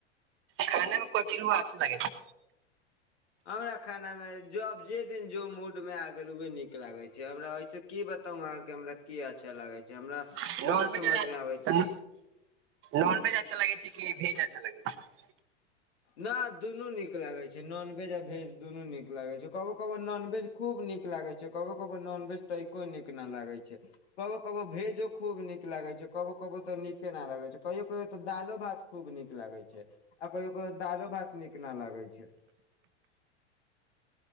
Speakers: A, on the right; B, on the left.
A: खाना मे <unintelligible> अच्छे लागै छै
B: हमरा खाना मे जोब जे दिन जो मूड मे आ गेल हमरा उहे नीक लागै छै हमरा ओहिसे की बताऊ अहाँ के हमरा की अच्छा लागे छै हमरा न
A: छै नॉनवेज
B: समझ मे आबै छै
A: नॉनवेज अच्छा लगै छै कि भेज अच्छा लगै छै।
B: ना दुनू नीक लागै छै नॉनभेज आ भेज दुनू नीक लागै छै कबो कबो नॉनभेज खूब नीक लागै छै कबो कबो नॉनवेज तइको नीक न लागे छै कबो कबौ भेजो खूब नीक लागै छै कबो कबो तो नीके न लगै छै कहियो कहियो तऽ दालो भात खूब नीक लागै छै आ कहियो कहियो तऽ दालो भात नीक न लागै छै।